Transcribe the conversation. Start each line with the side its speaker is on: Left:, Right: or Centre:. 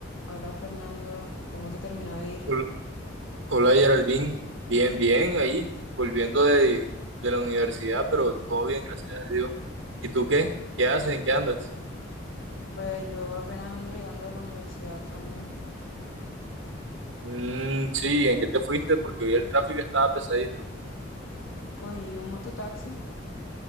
Left: Hola Fernando, ¿cómo te terminó de ir?
Right: Hol- Hola Geraldine, bien, bien, ahí, volviendo de, de la universidad, pero todo bien, gracias a Dios. ¿Y tú qué? ¿Qué haces? ¿En qué andas?
Left: Pues yo apenas ando llegando de la universidad también.
Right: Mm, sí, ¿en qué te fuiste? Porque hoy el tráfico estaba pesadito.
Left: Cogí un mototaxi,